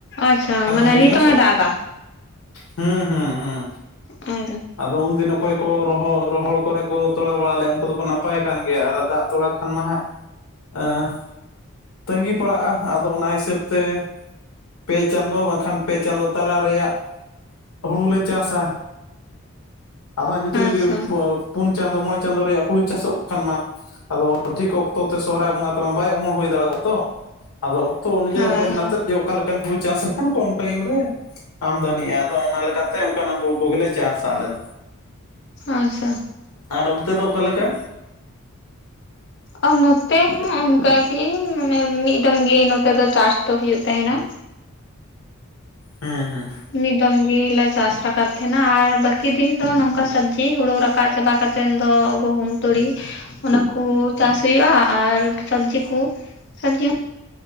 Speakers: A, on the left; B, on the left.
A: ᱟᱪᱪᱷᱟ
B: ᱢᱤᱫ ᱦᱟᱴ
A: ᱢᱟᱱᱮ
B: ᱢᱟ ᱦᱩᱭᱱᱟᱥᱚ
A: ᱱᱤᱛᱚᱝ ᱮ ᱫᱟᱜ
B: ᱦᱩᱸ ᱦᱩᱸ ᱦᱩᱸ
A: ᱟᱫᱚ
B: ᱟᱫᱚ ᱩᱱᱫᱤᱱ ᱚᱠᱚᱭ ᱠᱚ ᱨᱚᱦᱚᱲ ᱨᱚᱦᱚᱲ ᱠᱚᱨᱮ ᱠᱚ ᱛᱚᱞᱟ ᱵᱟᱲᱟ ᱞᱮᱫᱟ ᱩᱱᱠᱩ ᱫᱚᱠᱚ ᱱᱟᱯᱟᱭ ᱟᱠᱟᱱ ᱜᱮᱭᱟ ᱟᱨ ᱫᱟᱜ ᱛᱚᱞᱟ ᱠᱷᱟᱱ ᱢᱟᱦᱟᱸᱜ ᱟᱸ ᱛᱟᱹᱜᱤ ᱯᱟᱲᱟᱜᱼᱟ ᱟᱫᱚ ᱚᱱᱟ ᱦᱤᱥᱟᱹᱵ ᱛᱮ ᱯᱮ ᱪᱟᱸᱫᱚ ᱵᱟᱝᱠᱷᱟᱱ ᱯᱮ ᱪᱟᱸᱫᱚ ᱛᱟᱨᱟ ᱨᱮᱭᱟᱜ ᱦᱩᱲᱩᱞᱮ ᱪᱟᱥᱟ ᱟᱫᱚ ᱦᱟᱸᱜ ᱱᱤᱛᱚᱜ ᱡᱩᱫᱤ
A: ᱟᱪᱪᱷᱟ
B: ᱯᱩᱱ ᱪᱟᱸᱫᱳ ᱢᱚᱬᱮ ᱪᱟᱸᱫᱳ ᱨᱮᱭᱟᱜ ᱦᱩᱲᱩ ᱪᱟᱥᱚᱜ ᱠᱷᱟᱱ ᱢᱟ ᱟᱫᱚ ᱴᱷᱤᱠ ᱚᱠᱛᱚ ᱛᱮ ᱥᱚᱦᱦᱟᱭ ᱵᱚᱸᱜᱟ ᱛᱮᱢᱟ ᱵᱟᱭ ᱚᱢᱚᱱ ᱦᱩᱭ ᱫᱟᱲᱮᱭᱟᱜᱼᱟ ᱛᱚ ᱟᱫᱚ ᱚᱠᱛᱚ ᱚᱱᱩᱡᱟᱭᱤ
A: ᱦᱳᱭ
B: ᱚᱱᱠᱟᱛᱮ
A: ᱦᱳᱭ
B: ᱡᱮ ᱚᱠᱟ ᱞᱮᱠᱟᱱ ᱦᱩᱲᱩ ᱪᱟᱥ ᱠᱚᱢ ᱴᱟᱭᱤᱢ ᱨᱮ ᱟᱢᱫᱟᱱᱤᱼᱟ ᱟᱫᱚ ᱚᱱᱟ ᱞᱮᱠᱟᱛᱮ ᱚᱱᱠᱟᱱᱟᱜ ᱦᱩᱲ ᱠᱚᱜᱮᱞᱮ ᱪᱟᱥ ᱮᱫᱟ ᱟᱞᱮ ᱫᱚ
A: ᱟᱪᱪᱷᱟ
B: ᱟᱨ ᱚᱱᱛᱮ ᱫᱚ ᱚᱠᱟᱞᱮᱠᱟ
A: ᱟᱨ ᱱᱚᱛᱮ ᱦᱚᱸ ᱚᱱᱠᱟᱜᱤ ᱢᱟᱱᱮ ᱢᱤᱫ ᱫᱚᱢ ᱜᱮ ᱱᱚᱛᱮ ᱫᱚ ᱪᱟᱥ ᱦᱩᱭᱩᱜ ᱛᱟᱦᱮᱸᱱᱟ
B: ᱦᱩᱸ ᱦᱩᱸ ᱦᱩᱸ
A: ᱢᱤᱫ ᱫᱚᱢ ᱜᱮᱞᱮ ᱪᱟᱥ ᱟᱠᱟᱫ ᱛᱟᱦᱮᱸᱱᱟ ᱟᱨ ᱵᱟᱠᱤ ᱫᱤᱱ ᱫᱚ ᱱᱚᱝᱠᱟ ᱥᱚᱵᱽᱡᱤ ᱦᱩᱲᱩ ᱨᱟᱠᱟᱵ ᱪᱟᱵᱟ ᱠᱟᱛᱮᱱ ᱫᱚ ᱜᱩᱦᱩᱢ ᱛᱩᱲᱤ ᱚᱱᱟᱠᱚ ᱪᱟᱥ ᱦᱩᱭᱩᱜᱼᱟ ᱟᱨ ᱥᱚᱵᱽᱡᱤ ᱠᱚ ᱥᱚᱵᱽᱡᱤ